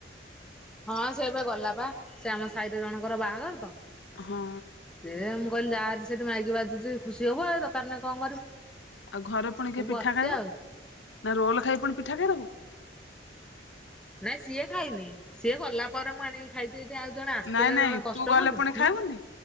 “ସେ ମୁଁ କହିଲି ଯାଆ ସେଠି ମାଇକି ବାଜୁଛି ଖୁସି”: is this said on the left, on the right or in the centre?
Centre